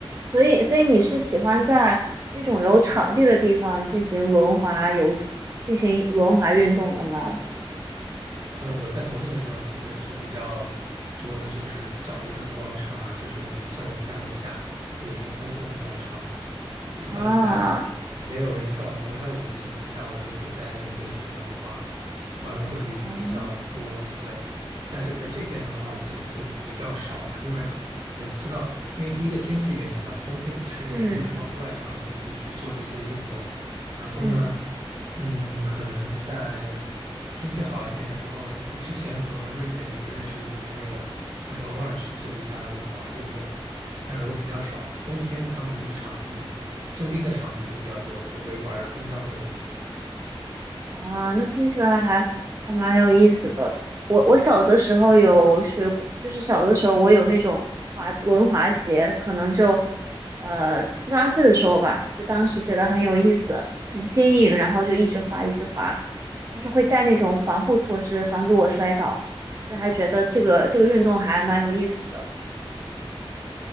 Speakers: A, on the right; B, on the right.
A: 所以所以你是喜欢在那种有场地的地方进行轮滑游戏进行轮滑运动的吗？
B: 呃，我在国内的时候其实是比较多的，就是找一个广场啊，就是我们像我们家楼下会有一个公共的广场嘛。一般在没有人跳广场舞的情况下，
A: 啊，
B: 我就会在那边去轮滑，玩的会比比较多，
A: 嗯
B: 对。但是在这边的话，其实就比较少了，因为很我不知道，因为第一个天气原因吧，冬天其实也没有什么户外场地可以去做这些运动。
A: 嗯
B: 然后呢，
A: 嗯
B: 嗯，可能在天气好一点的时候，之前和瑞典一个认识一个朋友，会偶尔去做一下轮滑运动，但是会比较少。冬天他们这个场地。征兵的场地就比较多，就会玩冰刀的那。
A: 啊，那听起来还还蛮有意思的。我我小的时候有学过，就是小的时候我有那种滑轮滑鞋，可能就呃七八岁的时候吧，就当时觉得很有意思，很新颖，然后就一直滑一直滑，但是会带那种防护措施，防止我摔倒，就还觉得这个这个运动还蛮有意思的。